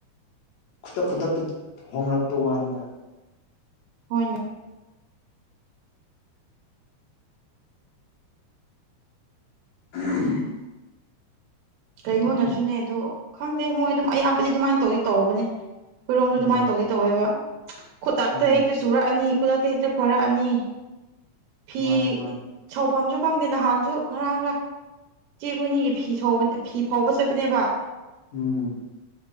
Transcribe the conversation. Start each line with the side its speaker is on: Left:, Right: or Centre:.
Left: ꯈꯨꯗꯛ ꯈꯨꯗꯛꯇ ꯍꯣꯡꯂꯛꯄ ꯋꯥꯅꯤꯗ꯫
Right: ꯍꯣꯏꯅꯦ
Left: ꯎꯝ
Right: ꯀꯩꯅꯣꯅꯁꯨꯅꯦ ꯑꯗꯨ ꯈꯪꯗꯦ ꯃꯣꯏ ꯑꯗꯨꯝ ꯑꯌꯥꯝꯕꯗꯤ ꯑꯗꯨꯃꯥꯏꯅ ꯇꯧꯗꯤ ꯇꯧꯕꯅꯦ ꯈꯣꯏꯔꯣꯝꯁꯨ ꯑꯗꯨꯃꯥꯏ
Left: ꯑꯣ
Right: ꯇꯧꯗꯤ ꯇꯧꯋꯦꯕ ꯈꯨꯇꯥꯛꯇ
Left: ꯎꯝ
Right: ꯍꯦꯛꯇ ꯆꯨꯔꯛꯑꯅꯤ ꯈꯨꯇꯥꯛꯇ ꯍꯦꯛꯇ ꯐꯔꯛꯑꯅꯤ ꯐꯤ
Left: ꯃꯥꯅꯦ ꯃꯥꯅꯦ
Right: ꯁꯧꯐꯝꯁꯨ ꯈꯪꯗꯦ ꯅꯍꯥꯟꯁꯨ ꯉꯔꯥꯡꯔ ꯏꯆꯦ ꯑꯩꯈꯣꯏꯅꯤꯒꯤ ꯐꯤ ꯁꯧꯕ ꯐꯧꯕ ꯆꯠꯄꯅꯦꯕ
Left: ꯎꯝ